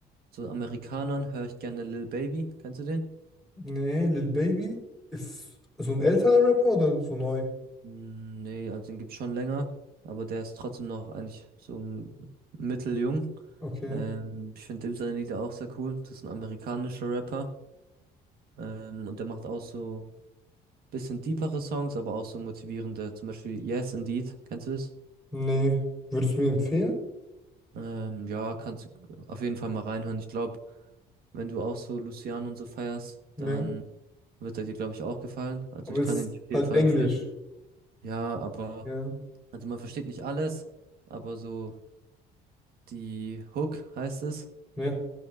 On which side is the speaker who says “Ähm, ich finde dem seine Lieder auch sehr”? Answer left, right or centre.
Right